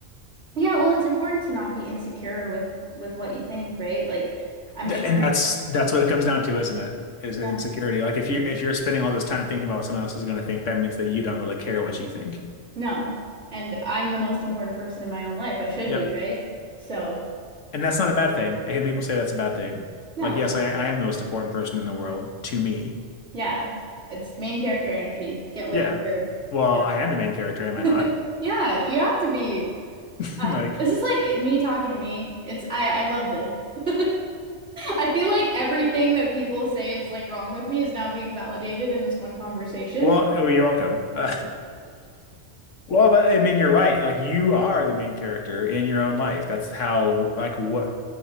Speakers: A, on the right; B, on the left.
A: Yeah, well, it's important to not be insecure with with what you think, right? Like, I'm
B: Th-
A: sure,
B: And that's that's what it comes down to, isn't it? Is
A: yeah,
B: insecurity. Like if you if you're spending all this time thinking about what someone else is going to think, that means that you don't really care what you think.
A: no. And I'm the most important person in my own life. I should
B: Yep.
A: be, right? So,
B: And that's not a bad thing. I hate when people say that's a bad thing.
A: no.
B: Like, yes, I, I am the most important person in the world to me.
A: Yeah. It's main character energy. Get with
B: Yeah.
A: her.
B: Well,
A: Yeah.
B: I am the main character, am I not?
A: <laughs> Yeah, you have to be.
B: <laughs>
A: Uh,
B: Like,
A: this is like me talking to me. It's I I love this. <laughs> I feel like everything that people say is like wrong with me is now being validated in this one conversation.
B: well, oh,
A: <laughs>
B: you're welcome. <laughs> Uh, Well, but I mean, you're right. Like you are the main character in your own life. That's how, like, what,